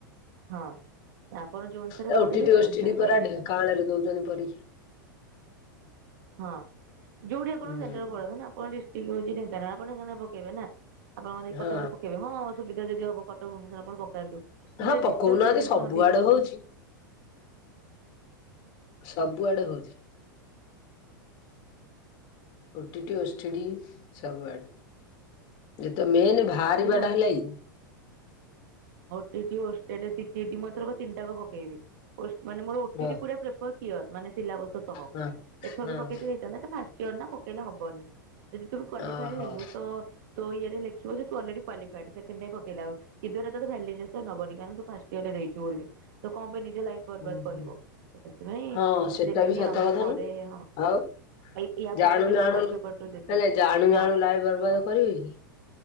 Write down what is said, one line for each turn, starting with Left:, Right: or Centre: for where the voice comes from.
Right: ହଁ। ତ ଆପଣ ଯୋଉ ଅନୁସାରେ
Left: ଏ
Right: ପଢ଼ିବେ
Left: ଓଟିଟି
Right: ସେ
Left: ଓଷ୍ଟିଟି
Right: ଅନୁସାରେ
Left: ପରା
Right: ପାଇବେ।
Left: ଢେଙ୍କାନାଳରେ ଦଉଛନ୍ତି ପରୀକ୍ଷା।
Right: ହଁ ଯୋଉଠି ଆପଣ
Left: ହୁଁ
Right: ସେଣ୍ଟର ପଡିବ ନା ।ଆପଣ ଡିଷ୍ଟ୍ରିକ ହଉଚି ଢେଙ୍କାନାଳ ଆପଣ ଢେଙ୍କାନାଳ ପକେଇବେ ନା। ଆପଣଙ୍କର ଯଦି
Left: ହଁ
Right: କଟକରେ ପକେଇବେ ହଁ ସୁବିଧା ଯଦି ହବ କଟକ ଭୁବନେଶ୍ୱର ଆପଣ ପକାନ୍ତୁ। କିନ୍ତୁ
Left: ହଁ ପକଉନାହାନ୍ତି
Right: ଡିଷ୍ଟାନ୍ସ ହେଇଯାଉଛି
Left: ସବୁ
Right: ନା ଅଧିକ
Left: ଆଡ଼େ
Right: ବାଟ
Left: ହଉଛି । ସବୁଆଡେ ହଉଛି। ଓ ଟି ଟି, ଓଷ୍ଟେଡି ସବୁ ଆଡେ। ଯେ ତ ମେନ୍ ବାହାରିବା
Right: ହଁ
Left: ଟା ହେଲା ଇ।
Right: ଓ ଟି ଟି, ଓ ଷ୍ଟେଡ, ସିଟିଇଟି ମୁଁ ଏଥର ତିନିଟା ଯାକ ପକେଇବି। ୱେଶ ମାନେ ମୋର
Left: ଓହୋ।
Right: ଓ ଟି ଟି ପୁରା ପେପର୍ କ୍ଲିୟର୍। ମାନେ ସିଲାବସ ସହ,
Left: ହଁ
Right: ଏଥରକୁ
Left: ହଁ
Right: ପକେଇ ଥିଲେ ହେଇଥାନ୍ତା । ଏଟା ଫାଷ୍ ସିଅର୍ ନା ପକେଇଲେ ହବନି। ଯଦି ତୁମେ କ୍ୱାଲିଫାଏଡ଼
Left: ଓହୋ
Right: ହେଲୁ ତ ତୋ ଇଏରେ ଲେ <unintelligible> ତୁ ଅଲରେଡି କ୍ୱାଲିଫାଏଡ୍। ସେକେଣ୍ଡ ଟାଇମ୍ ପକେଇଲା ଆଉ କିନ୍ତୁ ଏଟା ତୋତେ ଭେଲିଡେସନ୍ ନବନି। କାରଣ ତୁ ଫାଷ୍ଟ ଇୟର୍ ରେ ଦେଇଚୁ <unintelligible> ତ କଣ ପାଇଁ ନେ ନିଜ ଲାଇଫ୍ ବର୍ବାଦ
Left: ହୁଁ
Right: କରିବ
Left: ହୁଁ
Right: । ତ ସେଥିପାଇଁ
Left: ହଁ ସେଟା
Right: ଦେଲିନି
Left: ବି ସତ
Right: ଆଉ।
Left: କଥା
Right: ୟା ପରେ
Left: ନୁହଁ।
Right: ହଁ
Left: ଆଉ
Right: ଏଇ ୟା
Left: ଜାଣୁ
Right: ପରେ ପେପର
Left: ଜାଣୁ
Right: ୱାନ୍ ପେପର୍ ଟୁ ଦେବି।
Left: ନାଇଁ ନାଇଁ ଜାଣୁ
Right: ହଁ
Left: ଜାଣୁ ଲାଇଫ୍ ବର୍ବାଦ କରିବେ କି?